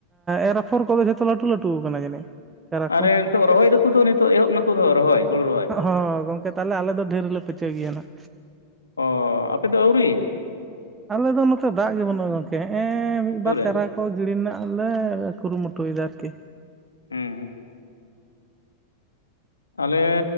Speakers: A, on the right; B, on the left.
A: ᱮᱨ ᱟᱯᱷᱚᱨ ᱠᱚᱫᱚ ᱡᱷᱚᱛᱚ ᱞᱟᱹᱴᱩ ᱞᱟᱹᱴᱩ ᱠᱟᱱᱟ ᱡᱟᱹᱱᱤᱡ ᱪᱟᱨᱟ ᱠᱚ
B: ᱟᱨᱮ ᱱᱤᱛᱚᱜ ᱨᱚᱦᱚᱭ ᱫᱟᱠᱚ ᱛᱚ ᱱᱤᱛᱚᱜ ᱮᱦᱚᱵ ᱱᱟᱠᱚ ᱛᱚ ᱨᱚᱦᱚᱭ ᱦᱩᱲᱩ ᱨᱚᱦᱚᱭ
A: ᱚ ᱜᱚᱝᱠᱮ ᱛᱟᱞᱦᱮ ᱟᱞᱮ ᱫᱚ ᱰᱷᱮᱨ ᱞᱮ ᱯᱟᱹᱪᱟᱹ ᱜᱮᱭᱟ ᱱᱟᱜ
B: ᱚᱻ ᱟᱯᱮᱫᱚ ᱟᱣᱨᱤ
A: ᱟᱞᱮ ᱫᱚ ᱱᱚᱛᱮ ᱫᱟᱜ ᱜᱮ ᱵᱟᱹᱱᱩᱜᱼᱟ ᱜᱚᱝᱠᱮ ᱦᱮᱜ-ᱮ ᱢᱤᱫ
B: ᱛᱩᱨᱮ
A: ᱵᱟᱨ ᱪᱟᱨᱟ ᱠᱚ ᱜᱤᱲᱤ ᱨᱮᱱᱟᱜ ᱞᱮ ᱠᱩᱨᱩᱢᱩᱴᱩᱭᱫᱟ ᱟᱨᱠᱤ
B: ᱦᱮᱸ ᱟᱞᱮ